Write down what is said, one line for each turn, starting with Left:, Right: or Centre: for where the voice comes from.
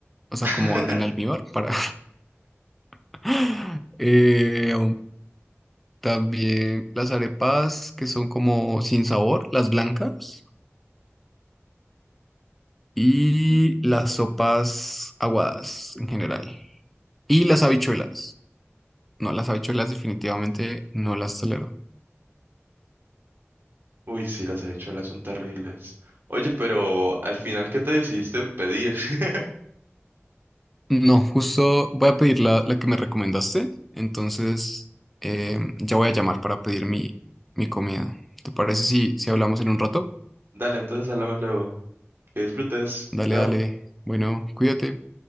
Centre: o sea,
Right: <laughs>
Centre: como en almíbar para... <laughs> Eh, también las arepas que son como sin sabor, las blancas. Y las sopas aguadas en general. Y las habichuelas. No, las habichuelas definitivamente no las tolero.
Right: Uy, sí, las habichuelas son terribles. Oye, pero al final, ¿qué te decidiste pedir? <laughs>
Centre: No, justo voy a pedir la, la que me recomendaste, entonces eh, ya voy a llamar para pedir mi, mi comida. ¿Te parece si, si hablamos en un rato?
Right: Dale, entonces hablamos luego. Que disfrutes.
Centre: Dale,
Right: Chao.
Centre: dale. Bueno, cuídate.